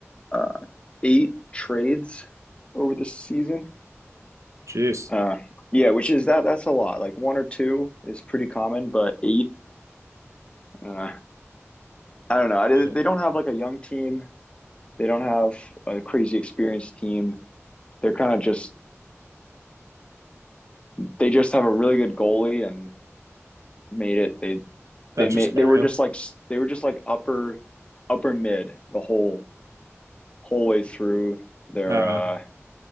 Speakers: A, on the left; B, on the right.
A: uh eight trades over the season.
B: jeez,
A: Uh yeah, which is that that's a lot. Like one or two is pretty common, but eight uh I don't know. I,
B: yeah,
A: they don't have like a young team. They don't have a crazy experienced team. They're kind of just they just have a really good goalie and made it. They
B: that's
A: they made
B: just carry
A: they were
B: 'em?
A: just like they were just like upper upper mid the whole whole way through their
B: Uh,
A: uh